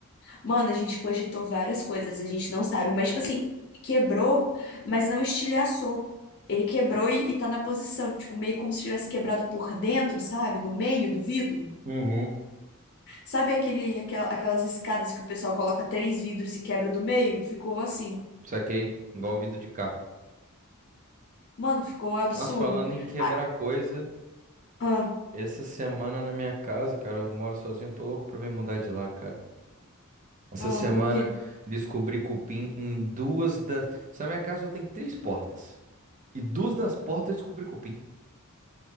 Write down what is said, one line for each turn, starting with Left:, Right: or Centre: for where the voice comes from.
Left: Mano, a gente cogitou várias coisas, a gente não sabe. Mas, tipo assim, quebrou, mas não estilhaçou. Ele quebrou e, e tá na posição, tipo, meio como se tivesse quebrado por dentro, sabe? No meio do vidro.
Right: Uhum.
Left: Sabe aquele, aquel- aquelas escadas que o pessoal coloca três vidros e quebra do meio? Ficou assim.
Right: Saquei, igual vidro de carro.
Left: Mano, ficou um absurdo.
Right: Nós falando em quebrar
Left: Ah,
Right: coisa,
Left: ah,
Right: essa semana na minha casa, cara, eu moro sozinho, tô louco pra me mudar de lá, cara. Essa
Left: ah,
Right: semana
Left: por quê?
Right: descobri cupim em duas das. Essa minha casa só tem três portas. E duas das portas descobri cupim.